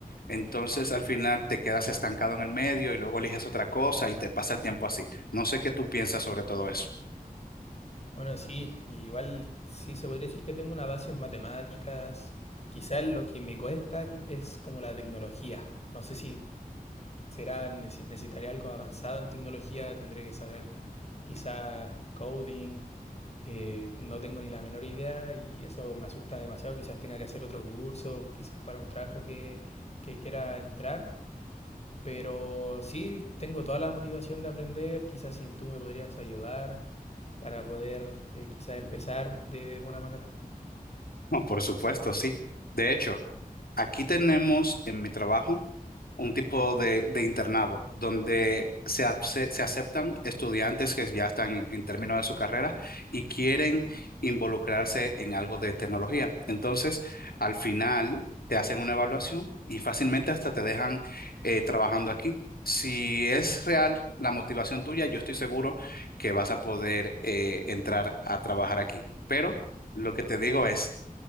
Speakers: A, on the left; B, on the left.
A: entonces al final te quedas estancado en el medio y luego eliges otra cosa y te pasa el tiempo así. No sé qué tú piensas sobre todo eso. <laughs>
B: Bueno, sí, igual sí se podría decir que tengo una base en matemáticas. Quizás lo que me cuesta aquí es como la tecnología. No sé si será, necesi- necesitaré algo avanzado en tecnología, tendré que saber quizás coding, eh, no tengo ni la menor idea y eso me asusta demasiado, quizás tenga que hacer otro curso, quizás para un trabajo que, que quiera entrar, pero sí, tengo toda la motivación de aprender, quizás si tú me podrías ayudar para poder eh, quizás empezar de buena manera.
A: No, por supuesto, sí. De hecho. Aquí tenemos en mi trabajo un tipo de, de internado donde se, ace- se aceptan estudiantes que ya están en, en términos de su carrera y quieren involucrarse en algo de tecnología. Entonces, al final te hacen una evaluación y fácilmente hasta te dejan eh, trabajando aquí. Si es real la motivación tuya, yo estoy seguro que vas a poder eh, entrar a trabajar aquí. Pero lo que te digo es